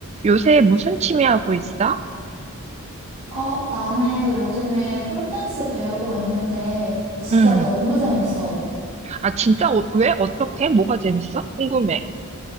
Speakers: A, on the right; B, on the right.
A: 요새 무슨 취미 하고 있어?
B: 어, 나는 요즘에 폴댄스 배우고 있는데 진짜
A: 응,
B: 너무 재밌어.
A: 아, 진짜? 어- 왜? 어떻게? 뭐가 재밌어? 궁금해.